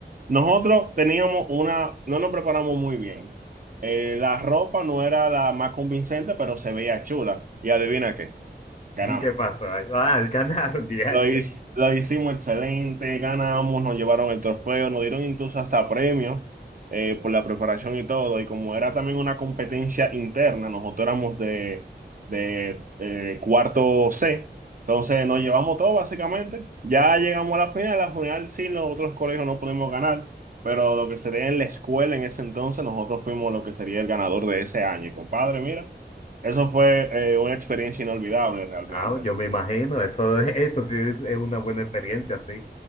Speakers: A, on the right (about 50°); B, on the left (about 40°).
A: nosotros teníamos una, no nos preparamos muy bien. Eh, la ropa no era la más convincente, pero se veía chula. Y adivina qué,
B: <laughs>
A: ganamos.
B: ¿Y ¿Qué pasó? ahí? Ah, ganaron, <laughs> DH.
A: Lo, hic- lo hicimos excelente, ganamos, nos llevaron el trofeo, nos dieron incluso hasta premios eh, por la preparación y todo. Y como era también una competencia interna, nosotros éramos de, de, eh, cuarto C, entonces nos llevamos todo básicamente. Ya llegamos a la final, la final sí, los otros colegios no pudimos ganar, pero lo que sería en la escuela en ese entonces, nosotros fuimos lo que sería el ganador de ese año. Y compadre, mira, eso fue eh, una experiencia inolvidable realmente.
B: Ah, yo me imagino, eso, <laughs> eso sí es una buena experiencia, sí.